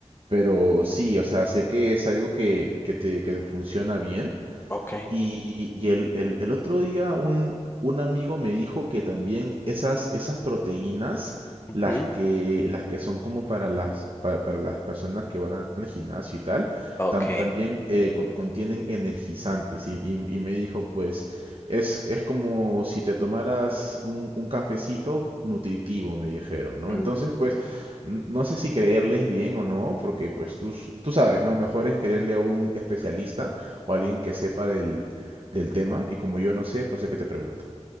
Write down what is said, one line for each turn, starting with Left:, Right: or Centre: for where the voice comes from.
Right: Pero sí, o sea, sé que es algo que, que te, que te funciona bien
Left: okay,
Right: y, y el, el- el otro día un, un amigo me dijo que también esas, esas proteínas,
Left: Ujú.
Right: las que, las que son como para las, pa- para, las personas que van al gimnasio y tal,
Left: Ok.
Right: tam- también eh, con- contienen energizantes. Y, y- y me dijo, pues, es, es como si te tomaras un, un cafecito nutritivo, me dijeron, ¿no?
Left: Mm.
Right: Entonces, pues, n- no sé si creerles bien o no, porque pues tú, s- tú sabes, ¿no? Mejor es creerle a un especialista o alguien que sepa del, del tema y como yo no sé, pues es que te pregunto.